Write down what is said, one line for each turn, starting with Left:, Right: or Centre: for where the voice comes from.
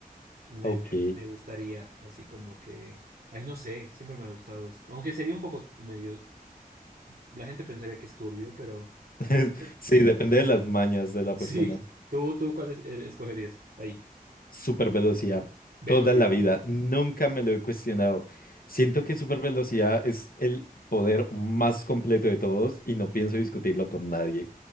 Right: Me,
Left: Ok.
Right: me- me gustaría, así como que, ay, no sé, siempre me ha gustado eso. Aunque sería un poco medio, la gente pensaría que es turbio, pero
Left: <laughs>
Right: <laughs>
Left: Sí, depende de las mañas de la
Right: sí,
Left: persona.
Right: tú, tú, ¿cuál es- eh, escogerías? Ahí,
Left: Super velocidad.
Right: velocidad.
Left: Toda la vida. Nunca me lo he cuestionado. Siento que super velocidad es el poder más completo de todos y no pienso discutirlo con nadie.